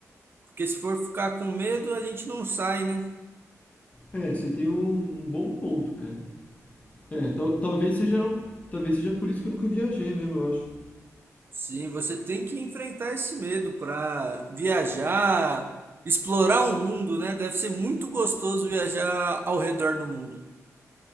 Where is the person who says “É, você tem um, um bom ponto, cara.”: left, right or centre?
Left